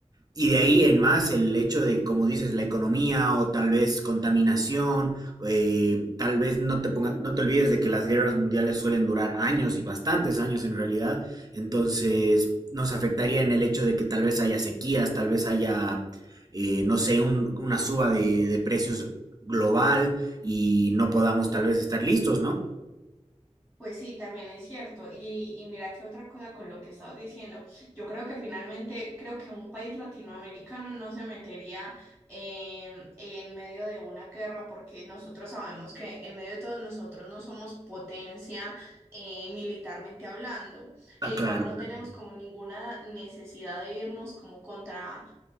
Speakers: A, on the right (about 30°); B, in the centre.
A: Y de ahí en más el hecho de, como dices, la economía o tal vez contaminación, eh, tal vez no te, ponga, no te olvides de que las guerras mundiales suelen durar años y bastantes años en realidad, entonces nos afectaría en el hecho de que tal vez haya sequías, tal vez haya, eh, no sé, un, una suba de, de precios global y no podamos tal vez estar listos, ¿no?
B: Pues sí, también es cierto. Y, y mira que otra cosa con lo que estabas diciendo, yo creo que finalmente, creo que un país latinoamericano no se metería em, en medio de una guerra porque nosotros sabemos que en medio de todos nosotros no somos potencia eh, militarmente hablando
A: Está
B: e igual
A: claro,
B: no
A: para...
B: tenemos como ninguna necesidad de irnos como contra